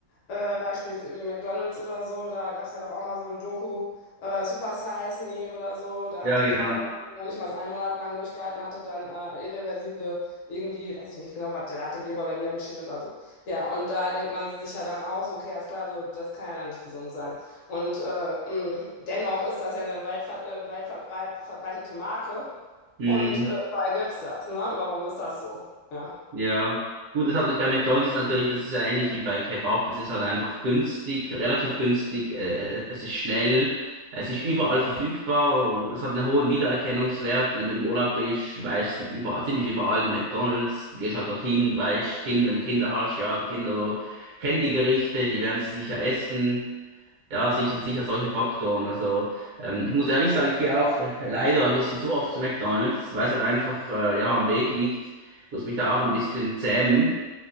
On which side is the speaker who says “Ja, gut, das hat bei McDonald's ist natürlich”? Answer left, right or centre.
Right